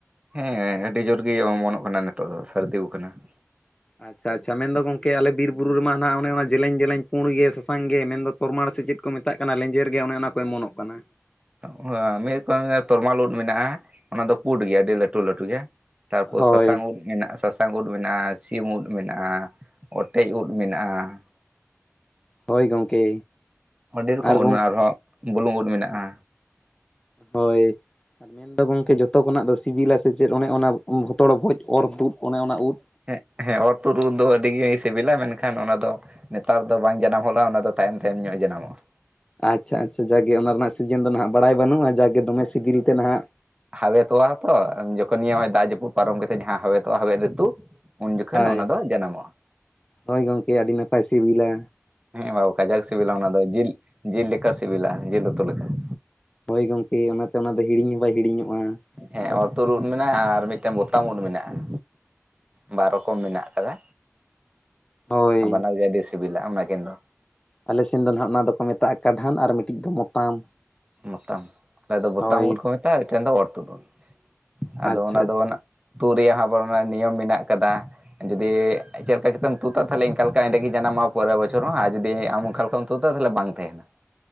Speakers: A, on the right; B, on the left.
A: ᱦᱮᱸ ᱟᱹᱰᱤ ᱡᱳᱨ ᱜᱮ ᱚᱢᱚᱱᱚᱜ ᱠᱟᱱᱟ ᱱᱤᱛᱚᱜ ᱫᱚ ᱥᱟᱹᱨᱫᱤ ᱟᱠᱟᱱᱟ ᱾
B: ᱟᱪᱪᱷᱟ ᱟᱪᱪᱷᱟ ᱢᱮᱱᱫᱚ ᱜᱚᱝᱠᱮ ᱟᱞᱮ ᱵᱤᱨ ᱵᱩᱨᱩ ᱨᱮᱢᱟ ᱦᱟᱱᱟ ᱚᱱᱮ ᱚᱱᱟ ᱡᱮᱞᱮᱧ ᱡᱮᱞᱮᱧ ᱯᱩᱸᱰ ᱜᱮ ᱥᱟᱥᱟᱝ ᱜᱮ ᱢᱮᱱᱫᱚ ᱛᱚᱨᱚᱢᱟᱲ ᱥᱮ ᱪᱮᱫ ᱠᱚ ᱢᱮᱛᱟᱜ ᱠᱟᱱᱟ ᱞᱮᱸᱡᱮᱨ ᱜᱮ ᱚᱱᱮ ᱚᱱᱟ ᱠᱚ ᱮᱢᱚᱱᱚᱜ ᱠᱟᱱᱟ ᱾
A: ᱚᱸᱦ ᱢᱤᱫ ᱨᱚᱠᱚᱢ ᱛᱚᱨᱢᱟᱲ ᱩᱫ ᱢᱮᱱᱟᱜᱼᱟ, ᱚᱱᱟ ᱫᱚ ᱯᱩᱸᱰ ᱜᱮᱭᱟ ᱟᱹᱰᱤ ᱞᱟᱹᱴᱩ ᱞᱟᱹᱴᱩ ᱜᱮᱭᱟ ᱾ ᱛᱟᱨᱯᱚᱨ
B: ᱦᱳᱭ
A: ᱥᱟᱥᱟᱝ ᱩᱞ ᱢᱮᱱᱟᱜᱼᱟ ᱥᱟᱥᱟᱝ, ᱥᱟᱝ ᱩᱫ ᱢᱮᱱᱟᱜᱼᱟ ᱥᱤᱢ ᱩᱫ ᱢᱮᱱᱟᱜᱼᱟ ᱚᱴᱮᱡ ᱩᱫ ᱢᱮᱱᱟᱜᱼᱟ ᱾
B: ᱦᱳᱭ ᱜᱚᱝᱠᱮ᱾
A: ᱟᱹᱰᱤ ᱨᱚᱠᱚᱢ
B: ᱟᱨ
A: ᱩᱫ
B: ᱜᱚᱝ
A: ᱢᱮᱱᱟᱜᱼᱟ ᱟᱨᱦᱚᱸ ᱵᱩᱞᱩᱝ ᱩᱫ ᱢᱮᱱᱟᱜᱼᱟ᱾
B: ᱦᱳᱭ <inaudible> ᱢᱮᱱᱫᱚ ᱜᱚᱝᱠᱮ ᱡᱷᱚᱛᱚ ᱠᱷᱚᱱᱟᱜ ᱫᱚ ᱥᱤᱵᱤᱞᱟ ᱥᱮ ᱪᱮᱫ ᱚᱱᱮ ᱚᱱᱟ ᱵᱷᱚᱛᱚᱲ ᱵᱷᱚᱡ ᱚᱨ ᱛᱩᱫ ᱚᱱᱮ ᱚᱱᱟ ᱩᱫ
A: ᱦᱮᱸ ᱦᱮᱸ ᱚᱨ ᱛᱩᱫ ᱩᱫ ᱫᱚ ᱟᱹᱰᱤ ᱜᱮ ᱥᱤᱵᱤᱞᱟ ᱢᱮᱱᱠᱷᱟᱱ ᱚᱱᱟ ᱫᱚ ᱱᱮᱛᱟᱨ ᱫᱚ ᱵᱟᱝ ᱡᱟᱱᱟᱢ ᱦᱚᱜᱼᱟ ᱚᱱᱟ ᱫᱚ ᱛᱟᱭᱚᱢ ᱛᱟᱭᱚᱢ ᱧᱚᱜ ᱮ ᱡᱟᱱᱟᱢᱚᱜᱼᱟ ᱾
B: ᱟᱪᱪᱷᱟ ᱟᱪᱪᱷᱟ ᱡᱟᱜᱮ ᱚᱱᱟ ᱨᱮᱱᱟᱜ ᱥᱤᱡᱟ. ᱱ ᱫᱚ ᱱᱟᱦᱟᱜ ᱵᱟᱲᱟᱭ ᱵᱟᱹᱱᱩᱜᱼᱟ ᱡᱟᱜᱮ ᱫᱚᱢᱮ ᱥᱤᱵᱤᱞ ᱛᱮ ᱱᱟᱦᱟᱜ,
A: ᱦᱟᱣᱮᱫ ᱛᱚᱜᱼᱟ ᱛᱚ ᱡᱚᱠᱷᱚᱱ ᱱᱤᱭᱟᱹ ᱱᱟᱜ ᱫᱟᱜ ᱡᱟᱹᱯᱩᱫ ᱯᱟᱨᱚᱢ ᱠᱟᱛᱮᱜ ᱡᱟᱦᱟᱸ ᱦᱟᱸ ᱦᱟᱣᱮᱫ ᱛᱚᱜᱼᱟ ᱦᱟᱣᱮᱫ ᱨᱤᱛᱩ ᱩᱱ ᱡᱚᱠᱷᱚᱱ
B: ᱦᱳᱭ
A: ᱚᱱᱟ ᱫᱚ ᱡᱟᱱᱟᱢᱚᱜᱼᱟ᱾
B: ᱦᱳᱭ ᱜᱚᱝᱠᱮ ᱟᱹᱰᱤ ᱱᱟᱯᱟᱭ, ᱯᱟᱭ ᱥᱤᱵᱤᱞᱟ
A: ᱦᱮᱸ ᱵᱟ ᱵᱟᱠᱟᱡ ᱥᱤᱵᱤᱞᱟ, ᱚᱱᱟ ᱫᱚ ᱡᱤᱞ ᱡᱤᱞ ᱞᱮᱠᱟ ᱥᱤᱵᱤᱞᱟ ᱡᱤᱞ ᱩᱛᱩ ᱞᱮᱠᱟ ᱾
B: ᱦᱳᱭ ᱜᱚᱢᱠᱮ ᱚᱱᱟᱛᱮ ᱚᱱᱟ ᱫᱚ ᱦᱤᱲᱤᱧ ᱦᱚᱸ ᱵᱟᱭ ᱦᱤᱲᱤᱧᱚᱜᱼᱟ
A: ᱦᱮᱸ
B: ᱾
A: ᱚᱨ ᱛᱩᱫ ᱩᱫ
B: ᱦᱮᱸ
A: ᱢᱮᱱᱟᱜᱼᱟ ᱟᱨ ᱢᱤᱫ ᱴᱮᱱ ᱵᱳᱚᱛᱟᱢᱚᱱ ᱢᱮᱱᱟᱜᱼᱟ ᱵᱟᱨ ᱨᱚᱠᱚᱢ ᱢᱮᱱᱟᱜ ᱟᱠᱟᱫᱟ
B: ᱦᱳᱭ
A: ᱵᱟᱱᱟᱣ ᱜᱮ ᱟᱹᱰᱤ ᱥᱤᱵᱤᱞᱟ ᱚᱱᱟ ᱠᱤᱱ ᱫᱚ
B: ᱟᱞᱮ ᱥᱮᱱ ᱫᱚ ᱱᱟᱦᱟᱜ ᱚᱱᱟ ᱫᱚᱠᱚ ᱢᱮᱛᱟᱜᱼᱟ ᱠᱟᱰᱷᱟᱱ ᱟᱨ ᱢᱤᱫᱴᱤᱡ ᱫᱚ ᱢᱚᱛᱟᱢ
A: ᱢᱚᱛᱟᱢ ᱟᱞᱮ ᱫᱚ ᱵᱚᱛᱟᱢ
B: ᱦᱳᱭ
A: ᱩᱫ ᱠᱚ ᱢᱮᱛᱟᱜᱼᱟ ᱢᱤᱫᱴᱮᱱ ᱫᱚ ᱚᱨ ᱛᱩᱫ ᱩᱫ
B: ᱟᱪᱪᱷᱟ
A: ᱟᱫᱚ ᱚᱱᱟ ᱫᱚ
B: ᱟᱪᱪᱷᱟ
A: ᱛᱩᱜ ᱨᱮᱭᱟᱜ ᱦᱚᱸ ᱟᱵᱟᱨ ᱚᱱᱟ ᱱᱤᱭᱚᱢ ᱢᱮᱱᱟᱜ ᱠᱟᱫᱟ ᱡᱩᱫᱤ ᱪᱮᱫ ᱞᱮᱠᱟ ᱠᱟᱛᱮᱢ ᱛᱩᱫ ᱛᱟᱦᱚᱞᱮ ᱤᱱᱠᱟ ᱞᱮᱠᱟ ᱚᱸᱰᱮ ᱜᱮ ᱡᱟᱱᱟᱢᱢᱚᱜᱼ ᱟ ᱯᱚᱨᱮᱨ ᱵᱚᱪᱷᱚᱨ ᱦᱚᱸ ᱟᱨ ᱡᱩᱫᱤ ᱟᱢᱚᱱᱠᱟ ᱞᱮᱠᱷᱟ ᱛᱩᱫᱟ ᱛᱟᱦᱚᱞᱮ ᱵᱟᱝ ᱛᱟᱦᱮᱱᱟ